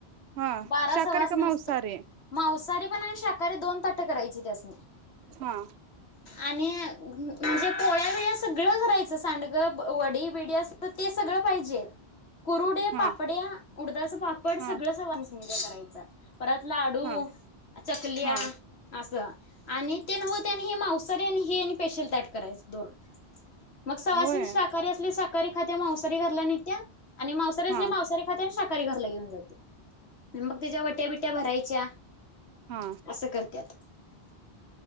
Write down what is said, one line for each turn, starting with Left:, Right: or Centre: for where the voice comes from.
Right: हा
Left: बारा
Right: शाकाहारी
Left: सवाष्णी
Right: का
Left: नसतं
Right: मांसाहारी
Left: मांसाहारी पण आणि शाकाहारी दोन तट करायची त्यासनी.
Right: हा.
Left: आणि म्हणजे पोळ्या विळ्या सगळं करायचं सांडगं वडी बिडी अस. ते सगळं. पाहिजे कुरुडे
Right: हा
Left: पापड्या उडदाच पापड
Right: हा
Left: सगळं स. करायच. परत लाडू
Right: हा
Left: चकल्या
Right: हा
Left: असं. आणि ते नव्हं ते आणि हे मवसारी आणि हे आणि. स्पेशल ताट करायच दोन. मग सवासिंन
Right: होय
Left: शाकाहारी असली शाकाहारी. खात्या मावसारी घरला नित्या. आणि मावसारी असली
Right: हा
Left: मावसरी खात्या आणि शाकाहारी. शाकाहारी घरला घेऊन जात्या. मग त्याच्या वट्या बिट्या भरायच्या
Right: हा
Left: असं करत्यात.